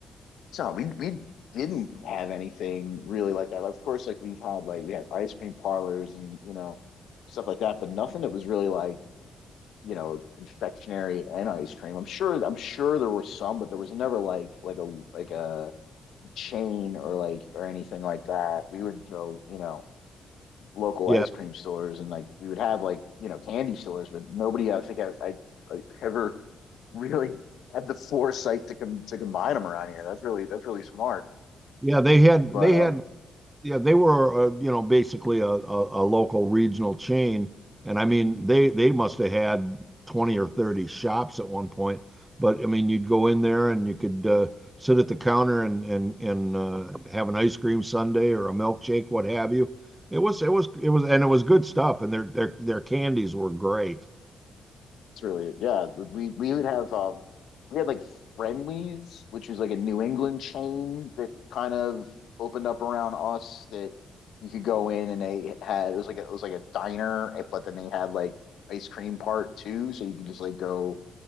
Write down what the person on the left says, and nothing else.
so we we didn't have anything really like that. Of course, like we've had like we had ice cream parlors and you know stuff like that, but nothing that was really like you know, confectionery and ice cream. I'm sure I'm sure there were some, but there was never like like a like a chain or like or anything like that. We would go, you know, local
ice cream stores and like we would have like, you know, candy stores, but nobody I think I I, I ever really had the foresight to com- to combine them around here. That's really that's really smart.
But
um
It's really yeah. We we would have um we had like Friendlies, which was like a New England chain that kind of opened up around us that you could go in and they had it was like a, it was like a diner, eh, but then they had like ice cream part too, so you could just like go